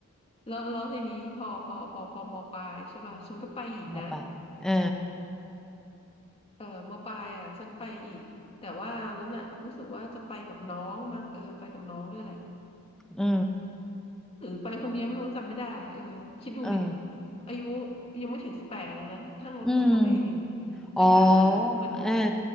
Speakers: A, on the left; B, in the centre.
A: แล้วแล้วทีนี้พอพอพอพอมปลายใช่ป่ะฉันก็ไปอีกนะ
B: <laughs> หมอปลาเออ
A: เออมปลายอ่ะฉันไปอีกแต่ว่าตอนนั้นอ่ะรู้สึกว่าจะไปกับน้องมั้งเออไปกับน้องด้วยแหละ
B: เออ
A: หรือไปคนเดียวไม่รู้จำไม่ได้เออคิดดูดิ
B: เออ
A: อายุยังไม่ถึงสิบแปดเลยนะทั้งรถทัวร์ไปเองอะไปหาน้าเหมือน
B: อืมอ๋อเออ